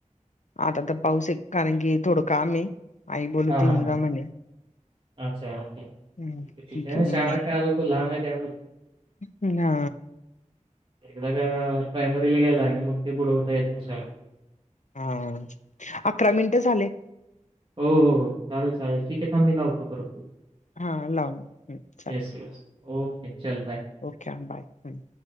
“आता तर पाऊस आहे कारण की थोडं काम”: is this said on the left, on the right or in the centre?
Left